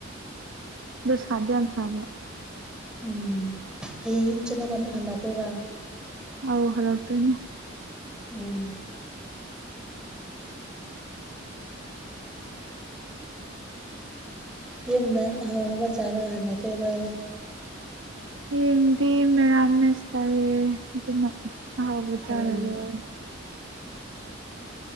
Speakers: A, on the right (about 70°); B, in the centre.
A: ꯁꯥꯗ ꯌꯥꯝ ꯁꯝꯅ
B: ꯎꯝ ꯍꯌꯦꯡ ꯌꯨꯝ ꯆꯠꯅꯕ ꯑꯃꯨꯛ ꯍꯟꯂꯇꯣꯏꯔꯥ
A: ꯑꯣ ꯍꯂꯛ ꯇꯣꯏꯅꯦ
B: ꯎꯝ ꯌꯦꯟꯅ ꯍꯥꯋꯥꯕꯆꯥꯔ ꯍꯥꯟꯂ ꯇꯣꯏꯔꯣ
A: ꯌꯦꯗꯤ ꯃꯦꯂꯝꯃꯦꯁ ꯇꯥꯏꯌꯦ ꯑꯗꯨꯅ ꯑꯍꯥꯎ ꯆꯔꯔꯣꯏ
B: ꯎꯝ